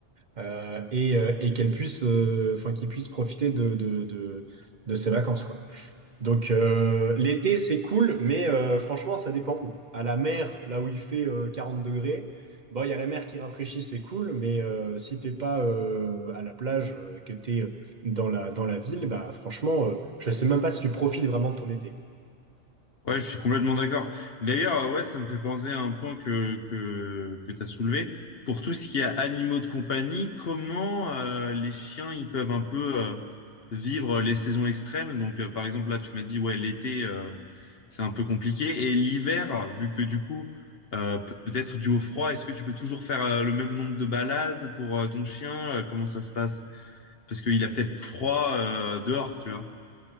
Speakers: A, on the right; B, on the left.
A: euh, et, euh, et qu'elle puisse, euh, enfin, qu'il puisse profiter de, de, de, de ses vacances, quoi. Donc euh, l'été c'est cool, mais euh, franchement ça dépend où. À la mer, là où il fait euh, 40 degrés, bon il y a la mer qui rafraîchit, c'est cool, mais euh, si t'es pas euh, à la plage, euh, que t'es euh, dans la dans la ville, bah franchement euh, je sais même pas si tu profites vraiment de ton été.
B: Ouais, je suis complètement d'accord. D'ailleurs, euh, ouais, ça me fait penser à un point que, que, que tu as soulevé. Pour tout ce qui est animaux de compagnie, comment euh, les chiens ils peuvent un peu euh, vivre les saisons extrêmes? Donc, euh, par exemple, là, tu m'as dit, ouais, l'été, euh, c'est un peu compliqué. Et l'hiver, vu que du coup, euh, peut-être dû au froid, est-ce que tu peux toujours faire euh, le même nombre de balades pour euh, ton chien? Euh, Comment ça se passe? Parce qu'il a peut-être froid euh, dehors, tu vois.